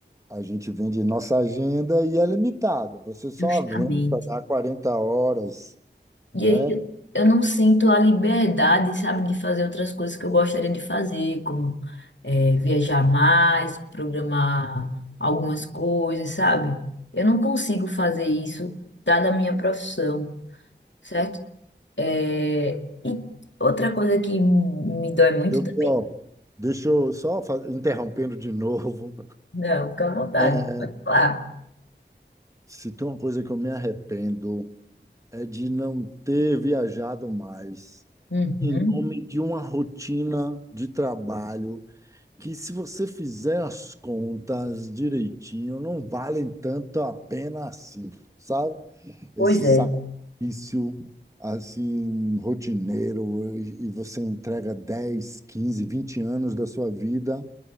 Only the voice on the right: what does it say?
A gente vende nossa agenda e é limitado. Você só
aguenta dar 40 horas,
né?
Eu,
ó, deixa eu só fa- interrompendo de novo.
É,
Se tem uma coisa que eu me arrependo é de não ter viajado mais,
em nome de uma rotina de trabalho que, se você fizer as contas direitinho, não valem tanto a pena assim, sabe?
esse
sacrifício assim rotineiro e e você entrega 10, 15, 20 anos da sua vida